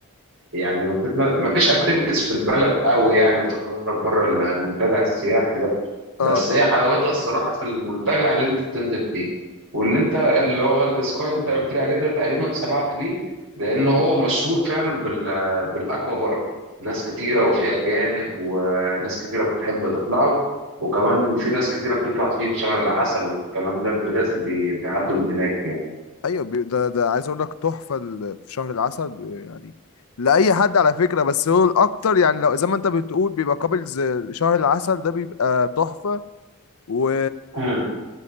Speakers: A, on the right (about 65°); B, on the left (about 70°).
A: يعني ما بتت- ما فيش اكتيفيتيز في البلد قوي يعني وتخرج بره المنتجع السياحي ده بس
B: اه
A: هي
B: اه
A: حلاوتها الصراحه في المنتجع اللي انت بتنزل فيه واللي انت اللي هو السكاي اللي انت قلت لي عليه ده تقريبا سمعت بيه لان
B: امم
A: هو مشهور فعلا بال بالاكوا بارك ناس كتيره وفي اجانب وناس كتيره بتحب تطلعه وكمان في ناس كتيره بتطلع فيه في شهر العسل والكلام ده لازم بي- بيعدوا من هناك يعني
B: ايوه بي... ده ده عايز اقول لك تحفة ال- في شهر العسل بي- يعني لأي حد على فكرة بس هو الأكتر يعني لو زي ما أنت بتقول بيبقى كابلز شهر العسل ده بيبقى تحفة و
A: امم